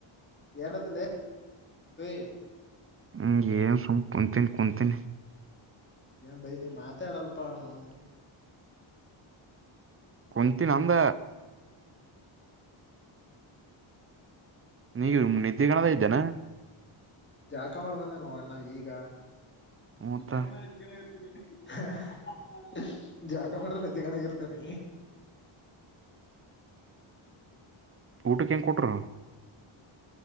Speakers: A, on the left (about 20°); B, on the right (about 30°).
A: ಏನದಲ್ಲ ಹ
B: ಹ್ಮ್ ಏ ಕುಂತೀನ್ ಕುಂತೀನಿ
A: ಏನ್ ಬೈ ನೀ ಮಾತಾಡಲ್ಪ ನೋ ಅವ
B: ಕೊಂತಿ ನಂದ
A: ಹ್ಮ್ <unintelligible>
B: ನೀವು ನಿದ್ದೆಗಣ್ಣ ಇದ್ದೇಾನ
A: ಜಾಕಮಾರಿ ಬಂದೇ ನ ಅಣ್ಣ ಈಗ
B: ಮತ್ತ
A: <unintelligible> ಜಾಕ ಮಾಡ್ರ ನಿದ್ದೆಗಣಗರ್ತೇನೆ
B: ಊಟಕ್ಕೆ ಹೆಂಗ ಕೊಟ್ರ